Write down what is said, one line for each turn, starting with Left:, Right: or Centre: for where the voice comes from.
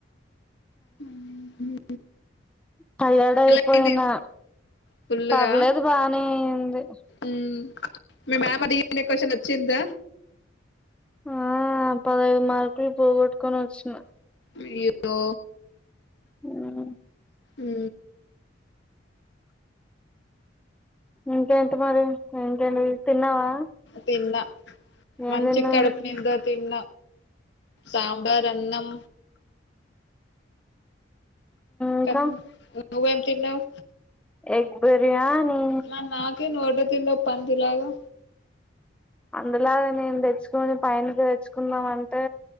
Left: ఉహు
Centre: టాయడైపోయిన
Left: అయింది ఫుల్లుగా
Centre: పర్లేదు బానేంది
Left: మ్మ్ మీ మ్యామ్ అడిగిండే క్వశ్చన్ వచ్చిందా
Centre: ఆ పదైదు మార్కులు పోగొట్టుకొని వచ్చిన
Left: రితో
Centre: ఆ
Left: ఉ
Centre: ఇంకేంటి మరి ఇంకేంటి తిన్నావా
Left: తిన్న
Centre: ఏం
Left: మంచిగా
Centre: తిన్నావ్
Left: కడుపు నిండ తిన్న సాంబార్ అన్నం
Centre: ఇంకా
Left: క నువ్వేం తిన్నవ్
Centre: ఎగ్ బిర్యానీ
Left: మరి నాకి నువ్ ఒకటే తిన్నావ్ పంది లాగా
Centre: అందులాగా నేను తెచ్చుకుని పైనకి తెచ్చుకుందాం అంటే